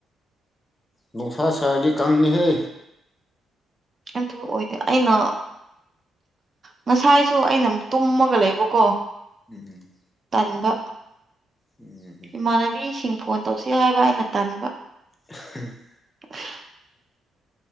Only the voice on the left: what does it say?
ꯅꯨꯡꯁꯥ ꯁꯥꯔꯗꯤ ꯀꯪꯅꯤꯍꯦ
ꯑꯝ
ꯑꯝ
<unintelligible>